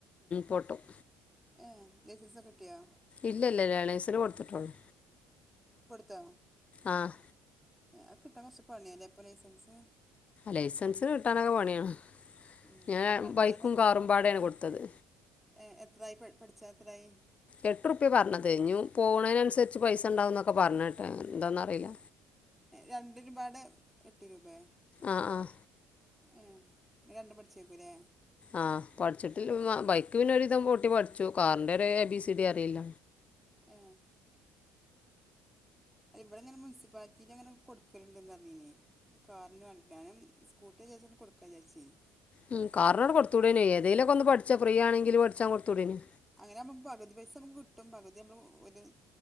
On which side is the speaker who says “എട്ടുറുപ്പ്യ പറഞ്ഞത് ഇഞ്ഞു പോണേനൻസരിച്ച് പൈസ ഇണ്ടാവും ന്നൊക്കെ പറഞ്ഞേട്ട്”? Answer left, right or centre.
Left